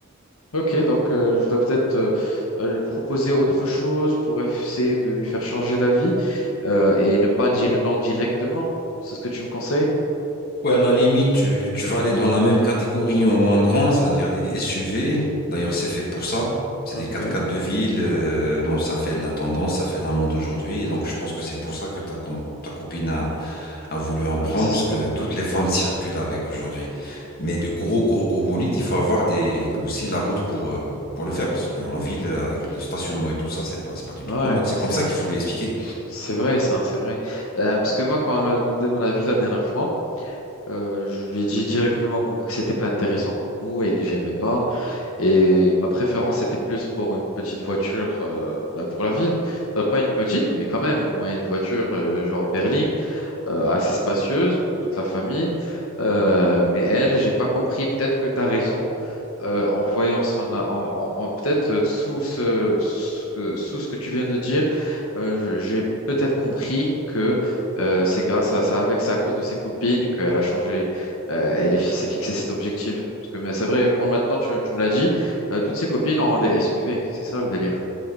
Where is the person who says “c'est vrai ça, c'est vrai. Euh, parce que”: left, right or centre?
Left